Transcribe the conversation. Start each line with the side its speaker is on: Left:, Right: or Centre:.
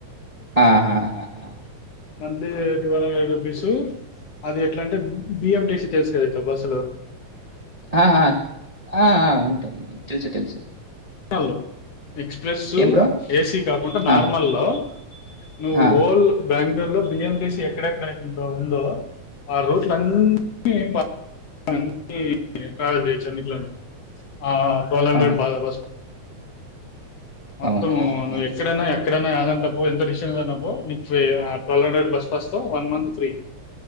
Right: ఆహా హా హా హా
Left: మంత్లీదే టువల్ హండ్రెడ్ రుపీస్ అది ఎ ట్లంటే బి ఎం టి సి తెలుసు కద చెప్పసలు
Right: ఆహా ఆ ఉంటాయ్ తెలుసు తెలుసు
Left: <unintelligible> ఎక్స్ ప్రెస్సు
Right: ఏం బ్రో?
Left: ఏసీ కాకుండా నార్మల్
Right: ఆ!
Left: లో నువ్వు
Right: ఆ!
Left: హోల్ బెంగళూరు లో బిఎంబిసి ఎక్కడెక్కడ ఆనేటి ఉందో. ఆ రూట్లో అనీ ప ఆనీ ఈ నైట్రలిక్ బీచ్ అన్నిట్లోనూ. ఆ కొలంబీర్
Right: అవును.
Left: బాధా బస్ మొత్తం
Right: అవునా? ఆహాహా!
Left: నువ్ ఎక్కడన్నా ఎక్క అట్లనే అనంతపూర్ ఎంత డిస్టెన్స్ ఉన్నపో మైక్ఫర్ ట్వల్వ్ హండ్రెడ్ బస్ ప్రస్తం one month free